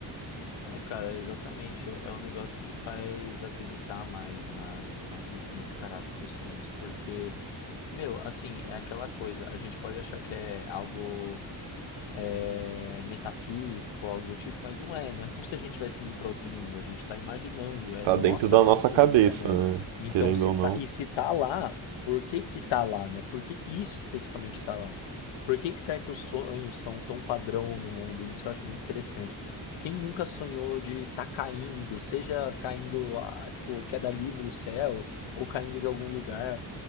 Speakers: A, on the left; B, on the right.
A: é, cara, exatamente. É o negócio que me faz acreditar mais na, na- no- nesse caráter dos sonhos. Porque, meu, assim, é aquela coisa. A gente pode achar que é algo é, metafísico, algo do tipo, mas não é, não é como se a gente estivesse indo para outro mundo, a gente está imaginando, é
B: Tá
A: nossa
B: dentro da
A: consciência,
B: nossa cabeça,
A: né?
B: né?
A: Então,
B: Querendo
A: se
B: ou
A: tá,
B: não.
A: e se tá lá, por que que tá lá, né? Por que que isso especificamente tá lá? Por que que certos sonhos são tão padrão no mundo? Isso eu acho muito interessante. Quem nunca sonhou de estar caindo, seja caindo, ah, tipo, queda livre do céu, ou caindo de algum lugar,